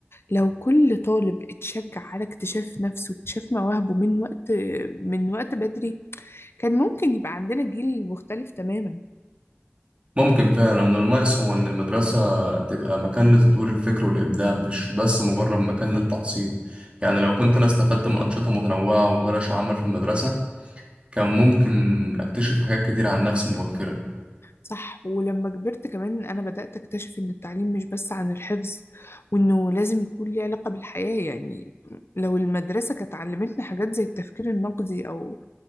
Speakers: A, on the left (about 70°); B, on the right (about 25°).
A: لو كل طالب اتشجع على اكتشاف نفسه واكتشاف مواهبه من وقت من وقت بدري كان ممكن يبقى عندنا جيل مختلف تماما
B: ممكن فعلا إن الناقص هو إن المدرسة تبقى مكان لتطوير الفكر والإبداع مش بس مجرد مكان للتحصيل يعني لو كنت أنا استفدت من أنشطة متنوعة وورش عمل في المدرسة كان ممكن أكتشف حاجات كتير عن نفسي مبكرا
A: صح ولما كبرت كمان أنا بدأت أكتشف إن التعليم مش بس عن الحفظ وإنه لازم يكون ليه علاقة بالحياة يعني لو المدرسة كانت علمتنا حاجات زي التفكير النقدي أو